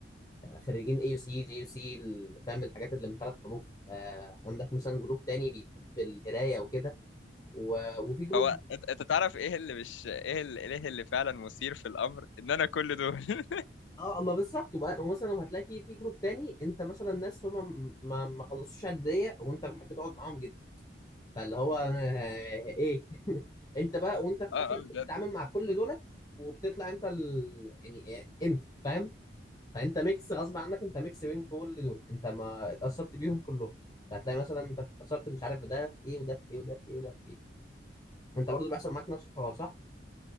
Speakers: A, on the left; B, on the left.
A: آه، خريجين اي يو سي جي يو سي فاهم الحاجات اللي من ثلاث حروف آه، عندك مثلا جروب تاني بيحب القراية وكده و- وفي جروب
B: هو انت أنت تعرف ايه اللي مش ايه اللي, ايه اللي فعلا مثير في الامر ان انا كل دول <laughs>
A: اه ما بالظبط وبقى- ومثلا هتلاقي في في جروب تاني انت مثلا ناس هم ما ما خلصوش عديه وانت بتحب تقعد معاهم جدا فاللي هو آه، ايه <laughs> انت بقى وانت في الاخر
B: اه اه
A: انت
B: بجد
A: بتتعامل مع كل دولت وبتطلع انت ال... يعني إيه، انت فاهم فانت ميكس غصب عنك انت ميكس بين كل دول انت ما اتاثرت بيهم كلهم فهتلاقي مثلا انت اتاثرت مش عارف بده في ايه وده في ايه وده في ايه وده في ايه انت برضو بيحصل معاك نفس الحوار صح